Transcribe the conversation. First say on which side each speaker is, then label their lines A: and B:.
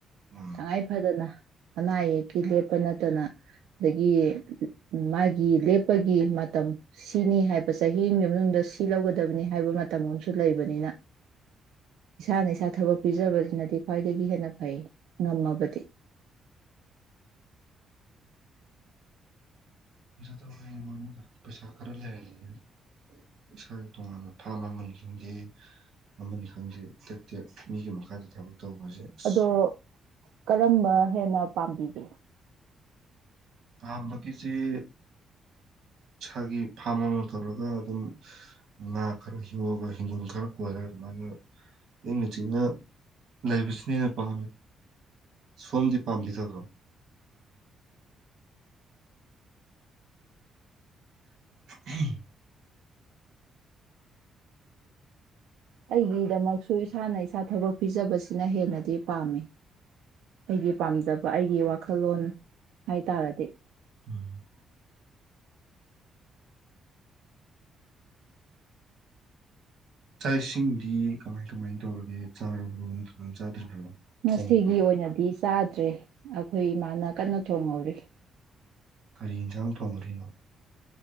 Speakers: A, on the right (about 60°); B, on the right (about 85°).
A: ꯎꯝ
B: ꯇꯉꯥꯏ ꯐꯗꯅ ꯑꯅꯥ ꯑꯌꯦꯛꯀꯤ ꯂꯦꯞꯄ ꯅꯠꯇꯅ ꯑꯗꯒꯤ ꯃꯥꯒꯤ ꯂꯦꯞꯄꯒꯤ ꯃꯇꯝ ꯁꯤꯅꯤ ꯍꯥꯏꯕ ꯆꯍꯤꯒꯤ ꯃꯅꯨꯡꯗ ꯁꯤ ꯂꯧꯒꯗꯕꯅꯤ ꯍꯥꯏꯕ ꯃꯇꯝ ꯑꯃꯁꯨ ꯂꯩꯕꯅꯤꯅ ꯏꯁꯥꯅ ꯏꯁꯥ ꯊꯕꯛ ꯄꯤꯖꯕꯅꯤꯅꯗꯤ ꯈ꯭ꯋꯥꯏꯗꯒꯤ ꯍꯦꯟꯅ ꯐꯩ ꯉꯝꯃꯕꯗꯤ
A: ꯇ ꯃꯣꯏꯅꯤꯗ ꯄꯩꯁꯥ ꯈꯔ ꯂꯩꯔꯅꯤꯅꯦ ꯏꯁꯥꯒꯤ ꯇꯣꯉꯥꯟꯕ ꯐꯥꯕ ꯑꯃꯅꯤ ꯈꯪꯗꯦ ꯑꯃꯅꯤ ꯈꯪꯗꯦ ꯇꯦꯛ ꯇꯦꯛ ꯃꯤꯒꯤ ꯃꯈꯥꯗ ꯊꯕꯛ ꯇꯧꯕꯁꯦ ꯑꯁ
B: ꯑꯗꯣ ꯀꯔꯝꯕ ꯍꯦꯟꯅ ꯄꯥꯝꯕꯤꯒꯦ
A: ꯄꯥꯝꯕꯒꯤꯁꯤꯦ ꯏꯁꯥꯒꯤ ꯐꯥꯝ ꯑꯃ ꯇꯧꯔꯒ ꯑꯗꯨꯝ ꯉꯥ ꯈꯔ ꯌꯣꯛꯑꯒ ꯍꯪꯒꯣꯜ ꯈꯔ ꯀꯣꯏꯔꯒ ꯑꯗꯨꯃꯥꯏꯅ ꯏꯪꯅ ꯆꯤꯅ ꯂꯩꯕꯁꯤꯅ ꯍꯅ ꯄꯥꯝꯃꯦ ꯁꯣꯝꯗꯤ ꯄꯥꯝꯕꯤꯗꯕ꯭ꯔꯣ ꯎ
B: ꯑꯩꯒꯤꯗꯃꯛꯁꯨ ꯏꯁꯥꯅ ꯏꯁꯥ ꯊꯕꯛ ꯄꯤꯖꯕꯁꯤꯅ ꯍꯦꯟꯅꯗꯤ ꯄꯥꯝꯃꯤ ꯑꯩꯒꯤ ꯄꯥꯝꯖꯕ ꯑꯩꯒꯤ ꯋꯥꯈꯜꯂꯣꯟ ꯍꯥꯏ ꯇꯥꯔꯗꯤ
A: ꯎꯝ ꯆꯥꯛ ꯏꯁꯤꯡꯗꯤ ꯀꯃꯥꯏ ꯀꯃꯥꯏꯅ ꯇꯧꯔꯒꯦ ꯆꯥꯔꯕ꯭ꯔꯣ ꯅꯠꯇ꯭ꯔꯒꯅ ꯆꯥꯗ꯭ꯔꯤꯕ꯭ꯔꯣ
B: ꯉꯁꯤꯒꯤ
A: ꯊꯣꯡꯉꯕ꯭ꯔꯥ
B: ꯑꯣꯏꯅꯗꯤ ꯆꯥꯗ꯭ꯔꯤ ꯑꯩꯈꯣꯏ ꯏꯃꯥꯅ ꯀꯟꯅ ꯊꯣꯡꯍꯧꯔꯤ
A: ꯀꯔꯤ ꯌꯦꯟꯁꯥꯡ ꯊꯣꯡꯗꯨꯏꯅꯣ